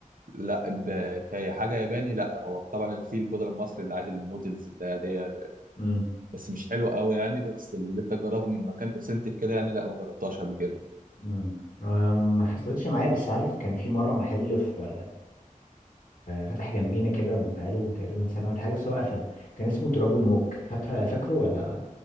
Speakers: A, on the right (about 85°); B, on the left (about 75°).
A: لا ب- كحاجة ياباني لا هو طبعا في البودرة المصري اللي عادي النودلز اللي هي دي،
B: امم
A: بس مش حلوة قوي يعني بس اللي انت تجربها من مكان اوثنتك كده يعني لا ما جربتهاش قبل كده
B: امم آه، ما حصلتش معايا بس عارف كان في مره محل في ففتح جنبينا كده بقاله تقريبا سنة ولا حاجة بس هو قفل كان اسمه دراجون ووك فاتح فاكره ولا